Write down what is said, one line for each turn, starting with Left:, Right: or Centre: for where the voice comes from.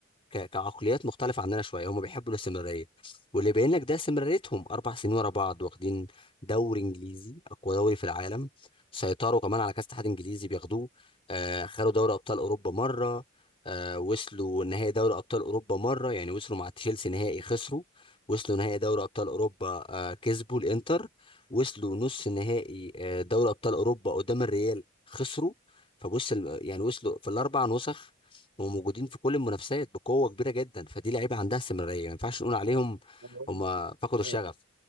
Left: ك- كعقليات مختلفة عننا شوية هم بيحبوا الاستمرارية واللي يبين لك ده استمراريتهم أربع سنين ورا بعض واخدين دوري إنجليزي أقوى دوري في العالم سيطروا كمان على كأس اتحاد إنجليزي بياخدوه آه خدوا دوري أبطال أوروبا مرة آه وصلوا نهائي دوري أبطال أوروبا مرة يعني وصلوا مع تشيلسي نهائي خسروا وصلوا نهائي دوري أبطال أوروبا آه كسبوا الإنتر وصلوا نص نهائي آه دوري أبطال أوروبا قدام الريال خسروا فبص ال- يعني وصلوا في الأربع نسخ وموجودين في كل المنافسات بقوه كبيره جدا فدي لعيبه عندها استمراريه ما ينفعش نقول عليهم
Right: انا بقول
Left: هم
Right: لك
Left: فقدوا
Right: ماشي.
Left: الشغف